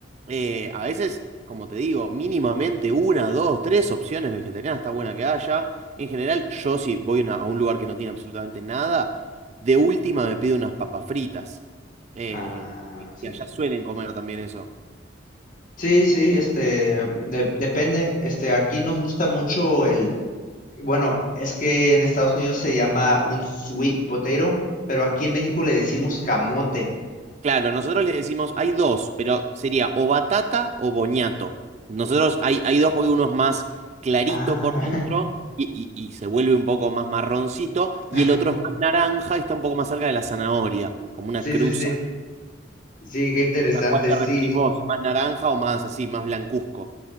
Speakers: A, on the right; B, on the left.
A: eh, a veces, como te digo, mínimamente una, dos, tres opciones vegetarianas está buena que haya. En general, yo si voy a una- a un lugar que no tiene absolutamente nada, de última me pido unas papas fritas. Eh,
B: Ah, sí,
A: que allá
B: sí.
A: suelen comer también eso.
B: Sí, sí, este, de- depende. Este, aquí nos gusta mucho el, bueno, es que en Estados Unidos se llama un sweet potato, pero aquí en México le decimos camote.
A: Claro, nosotros le decimos, hay dos, pero sería o batata o boñato. Nosotros hay, hay dos porque uno es más clarito
B: Ah,
A: por dentro y, y- y se vuelve un poco más marroncito,
B: <laughs>
A: y el otro es más naranja y está un poco más cerca de la zanahoria, como una
B: sí,
A: cruza.
B: sí, sí. Sí, qué interesante,
A: ¿A cuál te
B: sí.
A: referís vos? ¿Más naranja o más así, más blancuzco?